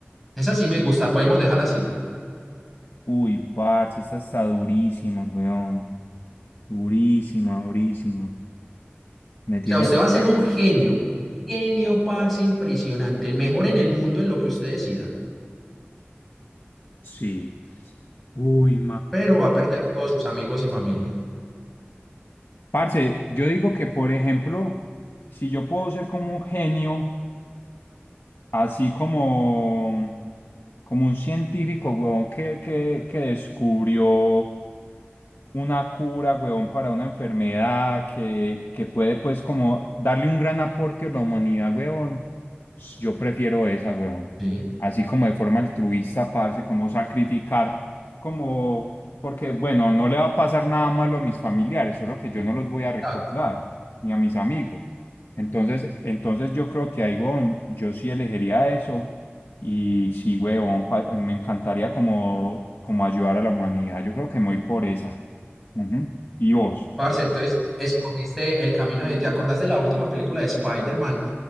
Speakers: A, in the centre; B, on the left.
A: Esa sí me gusta, podemos dejarla así.
B: Uy, parce, esta está durísima, weón. Durísima, durísima. Me tiene.
A: O sea, usted va a ser un genio, genio, parce, impresionante, el mejor en el mundo en lo que usted decida,
B: Sí. Uy,
A: pero va a perder a todos sus amigos y familia.
B: Parce, yo digo que, por ejemplo, si yo puedo ser como un genio, así como, como un científico, weón, que, que, que descubrió una cura, huevón, para una enfermedad que, que puede, pues, como darle un gran aporte a la humanidad, huevón, s- yo prefiero esa, huevón.
A: Sí,
B: Así como de forma altruista, parce, como sacrificar, como, porque, bueno, no le va a pasar nada malo a mis familiares, solo que yo no los voy a
A: exacto.
B: recordar, ni a mis amigos. Entonces, entonces yo creo que ahí, huevón, yo sí elegiría eso. Y sí, huevón, pa- me encantaría como, como ayudar a la humanidad. Yo creo que me voy por esa. Ujú. ¿Y vos?
A: Parce, entonces escogiste el camino de. ¿Te acordás de la última película de Spider-Man